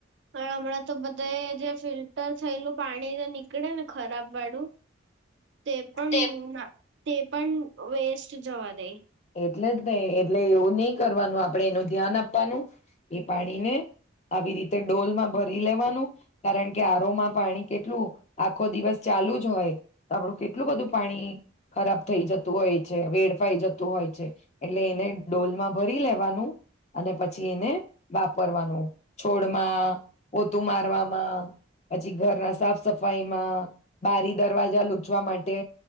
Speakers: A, on the right; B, on the left.
A: પણ હમણાં તો બધા જે ફિલ્ટર થયેલું પાણી તો નીકળે ને ખરાબ વાળું તે પણ
B: તે
A: ના તે પણ વેસ્ટ જવા દેય
B: એટલે જ ને એટલે એવું ની કરવાનું આપણેે એનું ધ્યાન આપવાનું એ પાણીને આવી રીતે ડોલમાં ભરી લેવાનું કારણ કે આરોમાં પાણી કેટલું આખો દિવસ ચાલુ જ હોય તો આપડું કેટલું બધું પાણી ખરાબ થઈ જતું હોય છે વેડફાઈ જતું હોય છે એટલે એને ડોલમાં ભરી લેવાનું અને પછી એને વાપરવાનું છોડમાં, પોતું મારવામાં, પછી ઘરના સાફ સફાઈમાં, બારી દરવાજા લૂછવા માટે